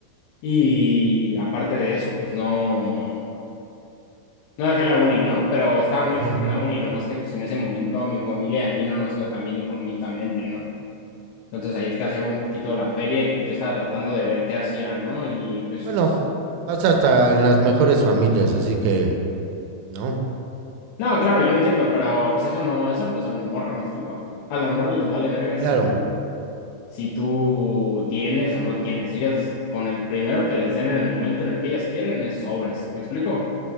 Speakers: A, on the left; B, on the right.
A: Y aparte de eso, pues no, No dejé la uni, ¿no? Pero estaba muy
B: ujú.
A: enfocado en la uni, nomás que pues en ese momento a mi familia y a mí no nos iba tan bien económicamente, ¿no? Entonces ahí escaseaba un poquito la feria y pues yo estaba tratando de ver qué hacía, ¿no? Y pues,
B: Bueno, pasa hasta en las mejores familias, así que, ¿no?
A: no, claro, yo entiendo, pero pues eso no, eso no lo sabe una morra, ¿me explico? A las morras les vale verga si,
B: Claro.
A: si tú tienes o no tienes. Ellas con el primero que les den en el momento en el que ellas quieren es sobres, ¿me explico?